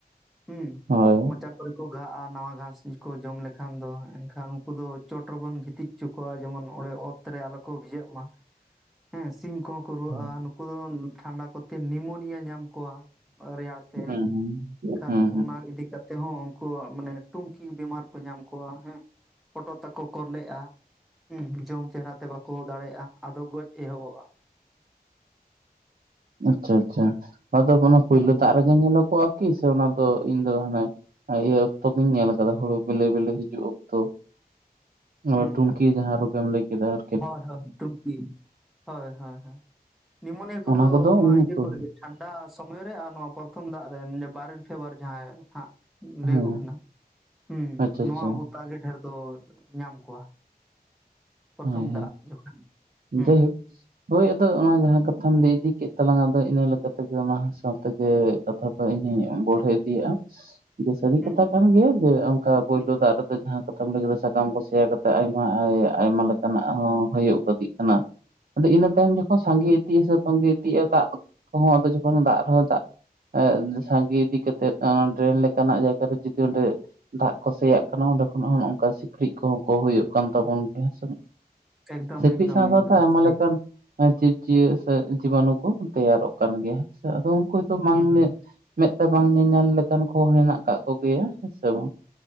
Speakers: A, in the centre; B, on the right (about 65°).
A: ᱦᱩᱸ
B: ᱦᱳᱭ᱾
A: ᱢᱚᱪᱟ ᱠᱚᱨᱮ ᱠᱚ ᱜᱟᱜᱼᱟ ᱱᱟᱣᱟ ᱜᱷᱟᱥ ᱠᱚ ᱡᱚᱢ ᱞᱮᱠᱷᱟᱱ ᱫᱚ, ᱮᱱᱠᱷᱟᱱ ᱩᱱᱠᱩ ᱫᱚ ᱪᱚᱴ ᱨᱮᱵᱚᱱ ᱜᱤᱛᱤᱡ ᱦᱚᱪᱚ ᱠᱚᱣᱟ ᱡᱮᱢᱚᱱ ᱚᱸᱰᱮ ᱚᱛ ᱨᱮ ᱟᱞᱚ ᱠᱚ ᱵᱷᱤᱡᱟᱹᱜ ᱢᱟ, ᱦᱮᱸ ᱥᱤᱢ ᱠᱚᱦᱚᱸ ᱠᱚ ᱨᱩᱣᱟᱹᱜᱼᱟ
B: ᱦᱩᱸ
A: ᱱᱩᱠᱩ ᱫᱚ ᱴᱷᱟᱱᱰᱟ ᱠᱚᱛᱮ ᱱᱤᱢᱳᱱᱤᱭᱟ ᱧᱟᱢ ᱠᱚᱣᱟ ᱨᱮᱭᱟᱲ ᱛᱮ
B: ᱦᱩᱸ
A: ᱾
B: ᱦᱩᱸ
A: ᱮᱱᱠᱷᱟᱱ
B: ᱦᱩᱸ
A: ᱚᱱᱟ ᱤᱫᱤ ᱠᱟᱛ ᱛᱮᱦᱚᱸ ᱩᱱᱠᱩᱣᱟᱜ ᱢᱟᱱᱮ ᱴᱩᱱᱠᱤ ᱵᱮᱢᱟᱨ ᱠᱚ ᱧᱟᱢ ᱠᱚᱣᱟ ᱦᱮᱸ ᱦᱚᱴᱚᱜ ᱛᱟᱠᱚ ᱠᱚᱸᱵᱮᱜᱼᱟ᱾ ᱦᱮᱸ ᱡᱚᱢ ᱪᱮᱦᱨᱟᱛᱮ ᱵᱟᱠᱚ ᱫᱟᱲᱮᱭᱟᱜᱼᱟ ᱟᱫᱚ ᱜᱚᱡᱽ ᱮᱦᱚᱵᱚᱜᱼᱟ᱾
B: ᱟᱪᱪᱷᱟ ᱟᱪᱪᱷᱟ ᱱᱚᱣᱟ ᱫᱚ ᱯᱳᱭᱞᱳ
A: ᱦᱩᱸ
B: ᱫᱟᱜ ᱨᱮᱜᱮ ᱧᱮᱞᱚᱜᱚᱜᱼᱟ᱾ ᱛᱤᱥ ᱦᱚᱸ ᱚᱱᱟᱫᱚ ᱤᱧ ᱫᱚ ᱦᱟᱱᱮ ᱤᱭᱟᱹ ᱚᱠᱛᱚ ᱜᱤᱧ ᱧᱮᱞ ᱟᱠᱟᱫᱟ ᱦᱩᱲᱩ ᱵᱤᱞᱤ ᱵᱤᱞᱤ ᱦᱤᱡᱩᱜ ᱚᱠᱛᱚ᱾
A: ᱦᱩᱸ
B: ᱚ ᱴᱩᱱᱠᱤ
A: ᱦᱩᱸ
B: ᱡᱟᱸᱦᱟ ᱨᱳᱚᱜ ᱮᱢ ᱞᱟᱹᱭ ᱠᱮᱫᱟ ᱫᱟ,
A: ᱦᱳᱭ ᱦᱳᱭ ᱴᱩᱱᱠᱤ ᱦᱳᱭ ᱦᱳᱭ ᱦᱳᱭ ᱱᱤᱢᱳᱱᱤᱭᱟᱹ ᱠᱚᱫᱚ
B: ᱚᱱᱟ
A: ᱱᱚᱣᱟ
B: ᱩᱱ ᱚᱠᱛᱚ
A: ᱤᱭᱟᱹ ᱠᱚᱨᱮᱜᱮ ᱴᱷᱟᱱᱰᱟ ᱥᱚᱢᱚᱭ ᱨᱮ ᱟᱨ ᱱᱚᱣᱟ ᱯᱨᱚᱛᱷᱚᱢ ᱫᱟᱜ ᱨᱮ ᱵᱟᱨᱞ ᱯᱷᱮᱵᱚᱨᱤ ᱡᱟᱦᱟᱸᱭ ᱦᱟᱜ᱾ ᱞᱟᱹᱭᱚᱜ
B: ᱦᱮᱸ
A: ᱠᱟᱱᱟ ᱦᱩᱸ
B: ᱟᱪᱪᱷᱟ
A: ᱱᱚᱣᱟ
B: ᱟᱪᱪᱷᱟ
A: ᱟᱵᱚᱛᱟᱜᱮ ᱰᱷᱮᱨ ᱫᱚ ᱧᱟᱢ ᱠᱚᱣᱟ᱾ ᱯᱨᱚᱛᱷᱚᱢ
B: ᱦᱚᱭ
A: ᱫᱟᱜ ᱡᱚᱠᱷᱚᱱ
B: ᱦᱚᱭ
A: ᱦᱩᱸ
B: ᱡᱟᱭᱦᱳᱠ, ᱦᱳᱭ ᱟᱫᱚ ᱚᱱᱟ ᱡᱟᱦᱟᱸ ᱠᱟᱛᱷᱟᱢ ᱞᱟᱹᱭ ᱤᱫᱤ ᱠᱮᱫ ᱛᱟᱞᱟᱝ ᱟᱫᱚ ᱤᱱᱟᱹ ᱞᱮᱠᱟ ᱛᱮᱜᱮ ᱚᱱᱟ ᱥᱟᱶ ᱛᱮᱜᱮ ᱠᱟᱛᱷᱟ ᱫᱚ ᱤᱧᱦᱚᱧ ᱵᱚᱲᱦᱮ ᱤᱫᱤᱭᱟᱜᱼᱟ ᱡᱮ ᱥᱟᱹᱨᱤ
A: ᱦᱩᱸ
B: ᱠᱟᱛᱷᱟ
A: ᱦᱩᱸ
B: ᱠᱟᱱ ᱜᱮᱭᱟ, ᱡᱮ ᱚᱱᱠᱟ ᱯᱩᱭᱞᱩ ᱫᱟᱜ ᱨᱮᱫᱚ ᱡᱟᱦᱟᱸ ᱠᱟᱛᱷᱟᱢ ᱞᱟᱹᱭ ᱠᱮᱫᱟ ᱥᱟᱠᱟᱢ ᱠᱚ ᱥᱮᱭᱟ ᱠᱟᱛᱮ ᱟᱭᱢᱟ ᱟᱭᱢᱟ ᱞᱮᱠᱟᱱᱟᱜ ᱦᱚᱸ ᱦᱳᱭᱳᱜ ᱞᱟᱹᱫᱤᱜ ᱠᱟᱱᱟ ᱟᱫᱚ ᱤᱱᱟᱹ ᱛᱟᱭᱚᱢ ᱫᱚᱠᱚ ᱥᱟᱸᱜᱮ ᱛᱤᱥᱮ ᱛᱚᱜᱮᱸ ᱤᱫᱤᱭᱮᱫᱟ ᱫᱟᱜ ᱠᱚᱦᱚᱸ ᱟᱫᱚ ᱡᱚᱠᱷᱚᱱ ᱫᱟᱜ ᱨᱮᱦᱚᱸ ᱫᱟᱜ ᱥᱟᱸᱜᱮ ᱤᱫᱤ ᱠᱟᱛᱮᱜ ᱚᱰᱮᱱ ᱞᱮᱠᱟᱱᱟᱜ ᱡᱟᱭᱜᱟᱨ ᱨᱮ ᱡᱩᱫᱤ ᱚᱸᱰᱮ ᱫᱟᱜ ᱠᱚ ᱥᱮᱭᱟᱜ ᱠᱟᱱᱟ ᱚᱸᱰᱮ ᱠᱷᱚᱱᱟᱜ ᱦᱚᱸ ᱱᱚᱝᱠᱟ ᱥᱤᱠᱲᱤᱡ ᱠᱚᱦᱚᱸ ᱠᱚ ᱦᱩᱭᱩᱜ ᱠᱟᱱ ᱛᱟᱵᱚᱱ ᱜᱮᱭᱟ ᱦᱮᱸ ᱥᱮ᱾
A: ᱮᱠᱫᱚᱢ
B: ᱥᱤᱠᱲᱤᱡ
A: ᱮᱠᱫᱚᱢ
B: ᱥᱟᱶ
A: ᱮᱠᱫᱚᱢ
B: ᱥᱟᱣᱛᱮ ᱟᱭᱢᱟ
A: ᱥᱟᱹᱨᱤ
B: ᱞᱮᱠᱟᱱ ᱡᱤᱵᱽᱼᱡᱤᱭᱟᱹ ᱥᱮ ᱡᱤᱵᱟᱱᱩ ᱠᱚ ᱛᱮᱭᱟᱨᱚᱜ ᱠᱟᱱ ᱜᱮᱭᱟ ᱦᱮᱸ ᱥᱮ ᱟᱫᱚ ᱩᱱᱠᱩᱦᱚᱸᱛᱚ ᱵᱟᱝ
A: ᱦᱩᱸ
B: ᱢᱮᱸᱫ ᱛᱮ ᱵᱟᱝ ᱧᱮᱧᱮᱞ ᱞᱮᱠᱟᱱ ᱠᱚ ᱢᱮᱱᱟᱜ ᱠᱟᱜ ᱠᱚᱜᱮᱭᱟ ᱦᱮᱸᱥᱮ ᱵᱟᱝ